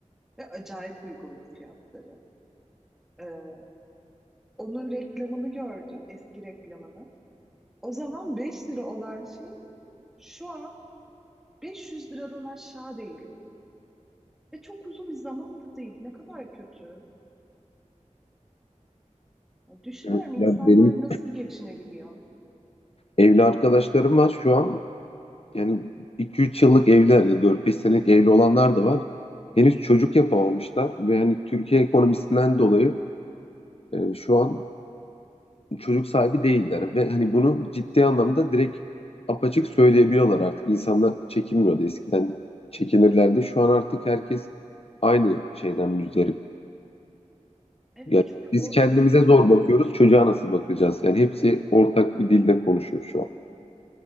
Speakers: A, in the centre; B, on the left.
A: ve acayip uygundu fiyatları. Ee, Onun reklamını gördüm, eski reklamını. O zaman 5 lira olan şey şu an 500 liradan aşağı değil. Ve çok uzun bir zamanda değil. Ne kadar kötü. Ya düşünüyorum
B: Evet,
A: insanlar
B: yani benim
A: nasıl geçinebiliyor.
B: evli arkadaşlarım var şu an. Yani iki üç yıllık evliler ya dört beş senelik evli olanlar da var. Henüz çocuk yapamamışlar ve hani Türkiye ekonomisinden dolayı e, şu an çocuk sahibi değiller ve hani bunu ciddi anlamda direkt apaçık söyleyebiliyorlar artık. İnsanlar çekinmiyordu. Eskiden çekinirlerdi. Şu an artık herkes aynı şeyden müzdarip.
A: Evet
B: Yani
A: çünkü
B: biz
A: orta
B: kendimize
A: sınıf
B: zor
A: yok.
B: bakıyoruz. Çocuğa nasıl bakacağız? Yani hepsi ortak bir dilde konuşuyor şu an.